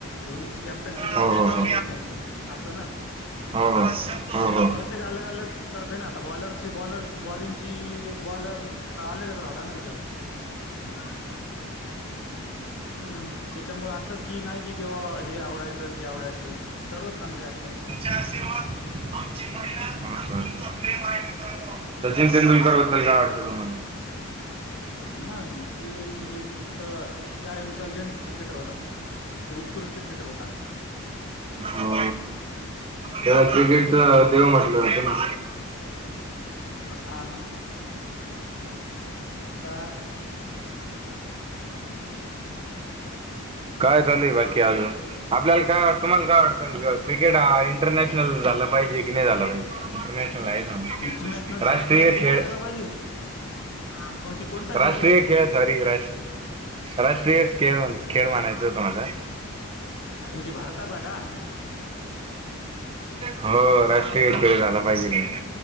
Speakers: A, on the left; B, on the right.
A: धोनीची कॅप त्यां कोणी
B: हो, हो,
A: काय करू
B: हो.
A: शकत नाही असं ना
B: हो हो
A: म्हणजे
B: हो हो
A: प्रत्येक अलग अलग करते ना आता बॉलरची बॉलर बॉलिंगची बॉलर अलगच राहता ना त्याच्यात. <unintelligible> हम्म त्याच्यामुळे असं कि नाही कि जेव्हा हे आवडायचं ते आवडायचं सर्व चांगले असतात
B: <inaudible> सचिन तेंडुलकर बद्दल काय वाटतं तुम्हाला?
A: हा ते एक म्हणजे त्या टाईमचा एजंट क्रिकेटर होता जे उत्कृष्ट क्रिकेटर होता.
B: हो. त्याला क्रिकेटच देव म्हटलं होतं ना
A: हा ना <inaudible>
B: काय चालूय बाकी अजून आपल्याला काय वा तुम्हाला काय वाटतं क्रिकेट हा इंटरनॅशनल झाला पाहिजे की नाही झाला पाहिजे इंटरनॅशनल ला
A: इंटरनॅशनल झाला
B: राष्ट्रीय
A: पाहिजे की नाही
B: खेळ
A: <unintelligible> मग ते कोणता
B: राष्ट्रीय
A: आहे
B: खेळ सॉरी रा राष्ट्रीय खेळ खेळ म्हणायच होत मला
A: म्हणजे भारताचा का?
B: हो राष्ट्रीय खेळ झाला पाहिजे की नाही.